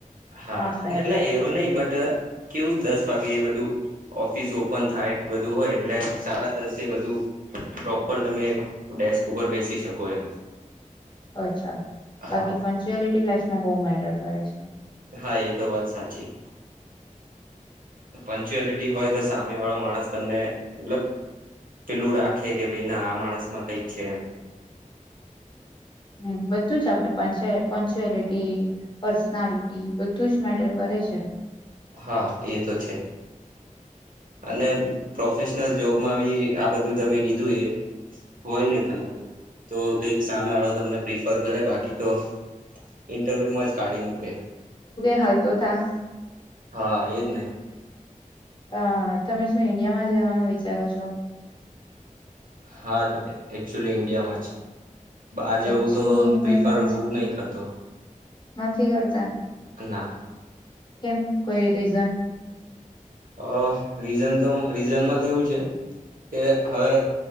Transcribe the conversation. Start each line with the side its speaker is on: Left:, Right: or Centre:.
Right: હા
Left: નોટ ફેર
Right: એટલે એવું નહીં કેવું દસ વાગે એ બધું ઓફિસ ઓપન થાય બધું હોય એટલે સાડા દસે બધું પ્રોપર તમે ડેસ્ક ઉપર બેસી શકો એમ
Left: અચ્છા બાકી
Right: હા
Left: પંચુઅલિટી લાઈફ માં બહુ મેટર કરે છે
Right: હા એ તો વાત સાચી પંચુઅલિટી હોય તો સામે વાળો માણસ તમને મતલબ પેલું રાખે કે ભાઈ ના આ માણસ માં કઈક છે એમ
Left: હમ બધું જ આપડી પાય પંચુઅલિટી પર્સનાલિટી બધું જ મેટર કરે છે
Right: હા એ તો છે અને પ્રોફેશનલ જોબમાં બી આ બધું તમે કીધું એ હોય ને તમારામાં તો કઈક સામે વાળો તમને પ્રિફર કરે બાકી તો ઇન્ટરવ્યુમાં જ કાઢી મૂકે
Left: હાલતો થ
Right: હા એજ ને
Left: હ તમે શું ઇન્ડિયામાં જ રહેવાનું વિચારો છો
Right: હા એકક્ચુલી ઇન્ડિયામાં જ બહાર જવું
Left: એકચુઅલી
Right: તો
Left: ઈન્ડિયામાં
Right: પ્રિફર
Left: જ
Right: હું નહી કરતો
Left: નથી કરતા
Right: ના
Left: કેમ કોઈ રીઝન
Right: હ રીઝન તો રીઝનમાં તો એવું છે કે હવે